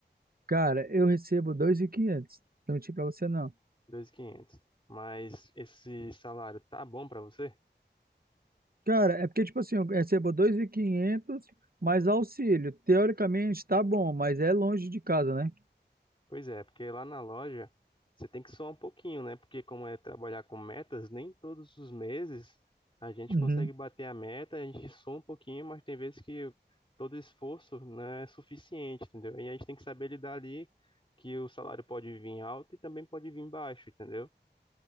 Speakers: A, on the right; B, on the left.
A: Cara, eu recebo dois mil e quinhentos Não menti pra você, não.
B: Dois mil e quinhentos. Mas esse salário tá bom pra você?
A: Cara, é porque, tipo assim, eu recebo 2.500 mais auxílio. Teoricamente tá bom, mas é longe de casa, né?
B: Pois é, porque lá na loja você tem que suar um pouquinho, né? Porque como é trabalhar com metas, nem todos os meses a gente
A: Uhum.
B: consegue bater a meta, a gente sua um pouquinho, mas tem vezes que todo esforço não é suficiente, entendeu? E a gente tem que saber lidar ali que o salário pode vir alto e também pode vir baixo, entendeu?